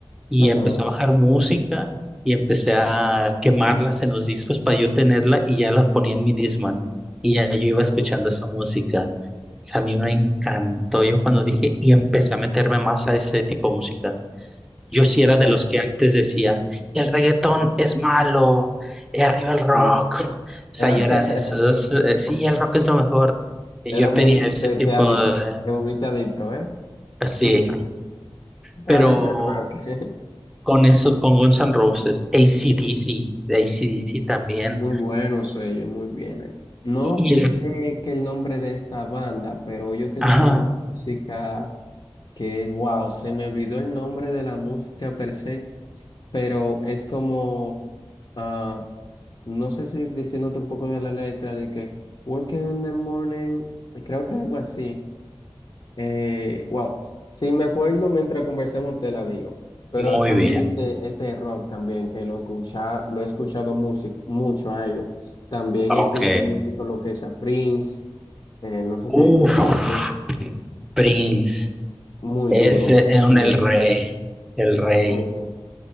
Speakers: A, in the centre; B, on the left.
A: y
B: ajá.
A: empecé a bajar música y empecé a quemarlas en los discos para yo tenerla y ya la ponía en mi Discman. Y ya yo iba escuchando
B: Oh,
A: esa música. O sea, a mí me encantó. Yo cuando dije y empecé a meterme más a ese tipo de música. Yo sí era
B: no,
A: de los que antes decía, el reggaetón
B: ajá,
A: es malo, y arriba el rock.
B: sí.
A: <laughs> O sea,
B: <laughs>
A: yo era de esos, eh, sí, el rock es lo mejor. Y
B: Era
A: Yo
B: muy,
A: tenía ese
B: te,
A: tipo
B: te, adic-
A: de,
B: te volviste adicto, ¿eh?
A: así,
B: <laughs>
A: pero
B: Adicto al rock. <laughs>
A: con eso, con Guns N' Roses, AC/DC, AC/DC también.
B: Muy buenos ellos, muy bien. eh. No
A: Y
B: sé
A: el,
B: qué el nombre de esta banda, pero ellos tienen
A: ajá,
B: una música que wow, se me olvidó el nombre de la música per se, pero es como, ah, no sé si diciéndote un poco de la letra, de que working in the morning, creo que algo así. Eh, wow, sí me acuerdo mientras conversamos te la digo, pero
A: muy
B: es también
A: bien,
B: este, este rock también que lo, escucha, lo he escuchado music, mucho a ellos. También
A: ok.
B: escuché música lo que es a Prince, eh, no sé
A: Uf,
B: si escuchaba a Prince,
A: Prince,
B: muy
A: ese
B: duro,
A: es
B: muy
A: el
B: duro,
A: rey, el rey.
B: muy duro,